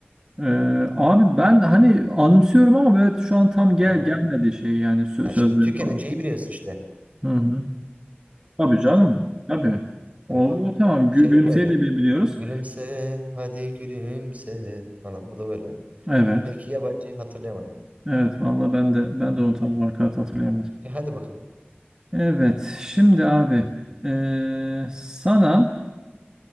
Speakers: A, on the right; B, on the right.
A: Ee, abi ben hani anımsıyorum ama böyle şu an tam gel
B: Ha.
A: gelmedi şey yani sö-
B: Ya
A: sözleri
B: şimdi tükeneceği
A: falan.
B: biliyorsun işte.
A: Hı hı. Tabii canım. Tabii.
B: Hani
A: O,
B: bu
A: o tamam.
B: bu
A: Gü
B: şey
A: gülümseyi
B: öyle.
A: de bi- biliyoruz.
B: Gülümse hadi gülümse falan bu da böyle.
A: Evet.
B: Ama iki yabancıyı hatırlayamadım.
A: Evet vallahi ben de ben
B: Hı
A: de
B: hı.
A: onu tam olarak hatırlayamadım.
B: E hadi bakalım.
A: Evet, şimdi abi eee, sana